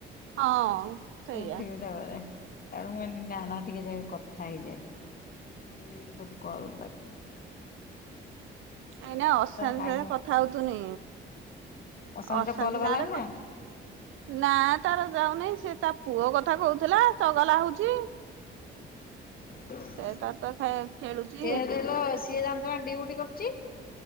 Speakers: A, on the right; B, on the left.
A: ହଁ ସେଇଆ।
B: ଉଠିମି ତାପରେ। ତାପରେ ମୁଁ କହିନି ନା ନା ଟିକେ ଯାଇକି କଥା ହେଇଯାଏ ମୋର ବି ଭୋଉତୁ କଲ୍ ବାକି
A: ଏଇନାକେ ଅଶାନ୍ତି
B: ହାଇ
A: ସାଙ୍ଗେରେ କଥା ହଉଥୁନି
B: ଅଶାନ୍ତିର
A: ଅଶାନ୍ତି
B: କଲ୍ ଗଲାଣି
A: ସାଙ୍ଗେରେ
B: ନା
A: କ ନା ତାର ଯାଉ ନାହିଁ ସିଏ ତା ପୁଅ କଥା କହୁଥେଲା ଚଗଲା ହଉଛି।
B: ସିଏ
A: ସେ ତାର ତ ଖେ ଖେଳୁଛି
B: ବା କହିଲା ସିଏ ତାଙ୍କର ଜାଣି ଡଉଟି କରୁଚି।